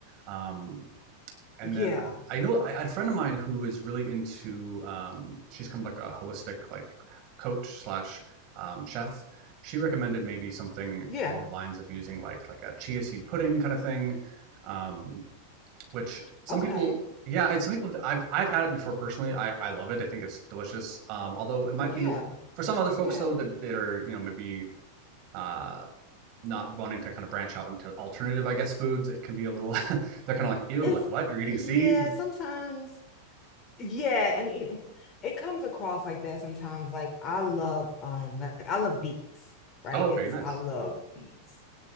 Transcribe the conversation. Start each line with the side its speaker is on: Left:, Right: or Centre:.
Right: Um And
Left: Yeah.
Right: then I know I, I had a friend of mine who is really into um, she's kind of like a holistic like coach slash um, chef. She recommended maybe something
Left: Yeah.
Right: along the lines of using like like a chia seed pudding kind of thing, um, which some
Left: Okay.
Right: people yeah I, some people I've I've had it before personally. I I love it. I think it's delicious. Um, although it might
Left: Yeah.
Right: be for some other folks
Left: Yeah.
Right: though that that are you know maybe uh, not wanting to kind of branch out into alternative I guess foods. It can be a little <laughs> they're kind of like ew
Left: It's
Right: like what you're eating
Left: yeah,
Right: seeds. <laughs>
Left: sometimes yeah, and it, it comes across like that sometimes. Like I love um like I love beats, right?
Right: Oh,
Left: It's
Right: okay, nice.
Left: I love beats.